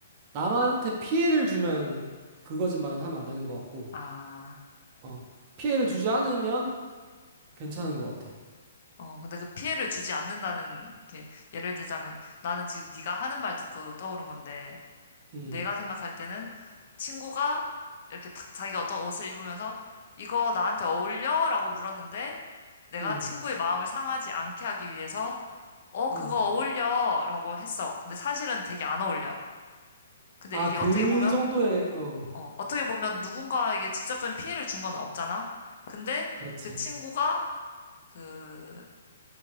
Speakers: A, on the right; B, on the left.
A: 남한테 피해를 주면 그 거짓말은 하면 안 되는 것 같고,
B: 아,
A: 어, 피해를 주지 않으면 괜찮은 것 같아.
B: 어, 근데 그 피해를 주지 않는다는 게, 예를 들자면, 나는 지금 네가 하는 말 듣고 떠오른 건데,
A: 음,
B: 내가 생각할 때는 친구가 이렇게 탁 자기가 어떤 옷을 입으면서, 이거 나한테 어울려? 라고 물었는데, 내가
A: 음,
B: 친구의 마음을 상하지 않게 하기 위해서, 어, 그거
A: 음.
B: 어울려? 라고 했어. 근데 사실은 되게 안 어울려. 근데
A: 아,
B: 이게
A: 그
B: 어떻게 보면,
A: 정도의, 어,
B: 어, 어떻게 보면 누군가에게 직접적인 피해를 준 건 없잖아. 근데
A: 그렇지.
B: 그 친구가 그